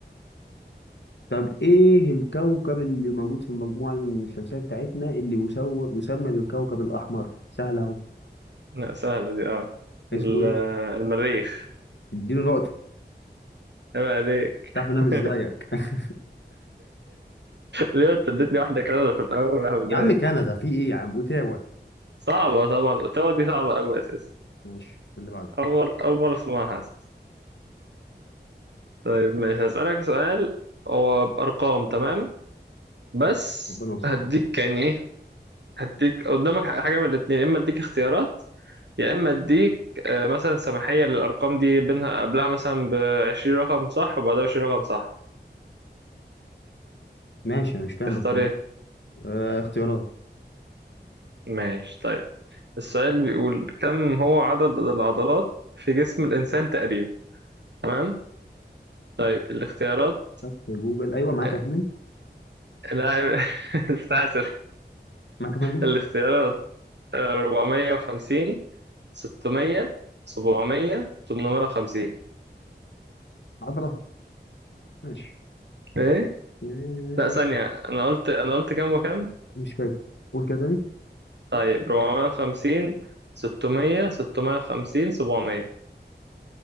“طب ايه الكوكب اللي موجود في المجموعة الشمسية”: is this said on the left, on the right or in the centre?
Left